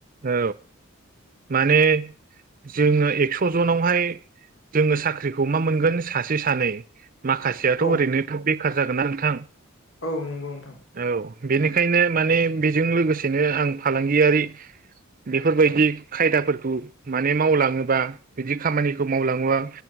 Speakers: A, on the right; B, on the left.
A: औ माने जोङो एक्स जनावहाय जोङो साख्रिखौ मा मोनगोन सासे सानै माखा याथ
B: औ
A: ओरैनो थाब बेखार जागोनना नोंथां
B: औ नंगौ नोंथां
A: औ बेनिखायनो माने बेजों लोगोसेनो आं फालांगियारि बेफोरबायदि खायदाफोरखौ माने मावलाङोबा बिदि खामानिखौ मावलाङोबा